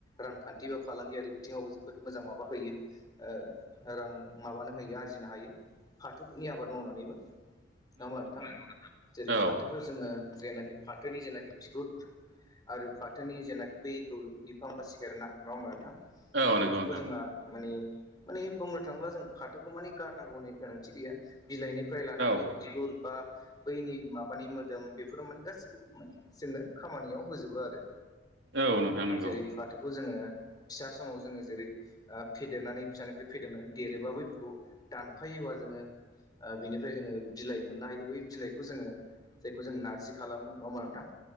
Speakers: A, on the left; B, on the right.
A: रांखान्थि बा फालांगियारि बिथिङावबो जोबोद मोजां माबा होयो। ओ रां माबानो हायो आरजिनो हायो फाथोनि आबाद मावनानैबो। नङा होमबा नोंथां? जेरै
B: औ
A: फाथोखौ जोङो जेनाखि फाथोनि जेनाखि बिगुद आरो फाथोनि जेनाखि दैखौ बिफां बा सेरना। नङा होमबा नोंथां?
B: औ नंगौ
A: बेफोरखौ
B: नोंथां
A: जोंहा माने माने बुंनो थाङोब्ला जों फाथो माने गारनांगौनि गोनांथि गैया बिलाइनिफ्राय लानानै
B: औ
A: बिगुर बा बैनि माबानि मोदोम बेफोर माने गासैबो माने जोंनो खामानियाव होजोबो आरो।
B: औ नोंथां नंगौ
A: जेरै फाथोखौ जोङो फिसा समाव जोङो जेरै आ फेदेरनानै फिसानिफ्राय फेदेरनानै देरोबा बैफोरखौ दानफायोबा जोङो आ बिनिफ्राय जोङो बिलाइ मोननो हायो बै बिलाइखौ जोङो जायखौ जों नारजि खालामो। नङा होमबा नोंथां?